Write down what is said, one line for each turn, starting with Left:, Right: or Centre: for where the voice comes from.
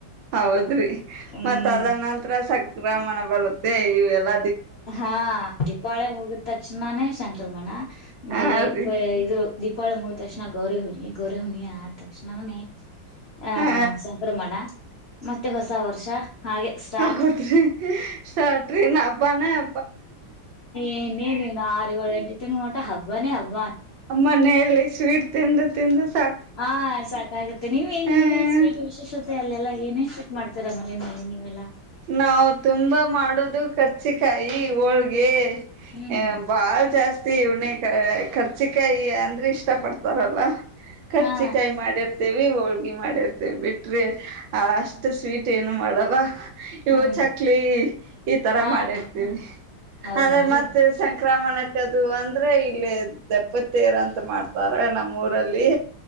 Right: ಹೌದ್ರಿ
Left: ಹ್ಮ್
Right: ಮತ್ ಅದನಂತ್ರ ಸ ಬ್ರಹ್ಮಣ ಬರುತ್ತೆ ಇ ಎಲ್ಲ.
Left: ಹಾ ದೀಪಾವಳಿ ಮುಗಿದ ತಕ್ಷಣನೇ ಸಂಕ್ರಮಣ
Right: ಹಾ
Left: ಮೇಲೆ
Right: ರೀ
Left: ಇದು ದೀಪಾವಳಿ ಮುಗಿದ ತಕ್ಷಣ ಗೌರಿ ಹುನಿ ಗೌರಿ ಹುನಿ ಆದ ತಕ್ಷಣೇ ಹ
Right: ಹಾ
Left: ಸಂಕ್ರಮಣ. ಮತ್ತೆ ಹೊಸ ವರ್ಷ. ಹಾಗೆ ಸ್ಟಾರ್ಟ್
Right: ಹೌದ್ರಿ ಸ್ಟಾರ್ಟ್ ರಿ ಇನ್ನ ಹಬ್ಬಾನೆ ಹ
Left: ಏನೇನ ಇನ್ ಆರ್ ಏಳ ಎಂಟ ತಿಂಗಳ ಹೊಂ ಟ್ಟ ಹಬ್ಬಾನೆ ಹಬ್
Right: ನಮ್ಮನೇಲಿ ಸ್ವೀಟ್. ತಿಂದ್ ತಿಂದ್ ಸಾ
Left: ಹಾ ಸಾಕಾಗತ್ತೆ ನೀವೇನ್
Right: ಹ್ಮ
Left: ಇನ್ನೇನ್ ಸ್ವೀಟ್ ವಿಶೇಷ. ತ್ತೆ ಅಲ್ಲೆಲ್ಲ ಎನ್ ಎನ್ ಸ್ವೀಟ್ ಮಾಡ್ತಾರಾ ಮನೆಯಲ್ಲಿ ನೀವೆಲ್ಲ.
Right: ನಾವು ತುಂಬಾ ಮಾಡುದು ಖರ್ಚ್ಚಿಕಾಯಿ ಹೋಳ್ಗೆ
Left: ಹ್ಮ್
Right: ಏ ಬಾಳ ಜಾಸ್ ತಿ ಇವನೇ ಖ ಖರ್ಚಿಕಾಯಿ ಅಂದ್ರೆ ಇಷ್ಟ ಪಡ್ತಾರಲ್ಲ. ಖರ್ಚ
Left: ಹಾ
Right: ಕಾಯಿ ಮಾಡಿರ್ ತೇವಿ ಹೋಳ್ಗಿ ಮಾಡಿರ್ತೆೇವಿ ಬಿಟ್ರಿ ಆ ಅಷ್ಟ ಸ್ವೀಟ್ ಏನು ಮಾಡಲ್ಲ. ಇವು
Left: ಹ್ಮ್
Right: ಚಕ್ಲಿ ಈ ತರ
Left: ಹಾ
Right: ಮಾಡಿರ್ತೀವಿ
Left: ಹೌದೇನ್ರಿ
Right: ಆದೆ ಮತ್ತ ಸಂಕ್ರಮಣ. ಯಾಕದು ಅಂದ್ರ ಇಲ್ಲಿ ದೆಪ್ಪದ ತೇರ್ ಅಂತ ಮಾಡ್ತಾರ ನಮ್ ಊರಲ್ಲಿ.